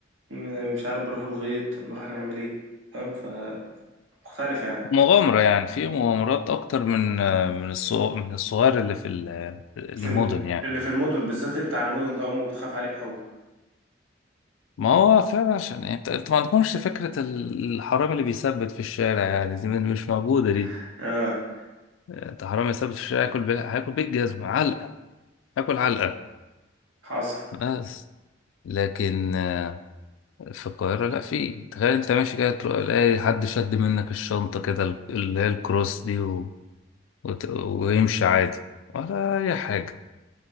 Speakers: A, on the right; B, on the left.
A: م- مش عارف بروح الغيط نروح نعمل ايه فاهم فمختلفة يعني
B: مغامرة يعني في مغامرات أكتر من من الصغ... من الصغير اللي في ال- المدن
A: في ال...
B: يعني
A: اللي في المدن بالذات اللي بتاع المدن ده امه بتخاف عليه قوي
B: ما هو فعلا عشان يعني انت انتوا ما عندكمش فكرة ال- الحرامي اللي بيثبت في الشارع يعني دي من- مش موجودة دي
A: <laughs> اه
B: انت حرامي يثبت في الشارع هياكل بيه هياكل بيه جزمة علقة هياكل علقة
A: حصل
B: بس لكن آه، في القاهرة لا في تخيل انت ماشي كده تروح تلاقي حد شد منك الشنطة كده ال- اللي هي الكروس دي و... وت... ويمشي عادي ولا أي حاجة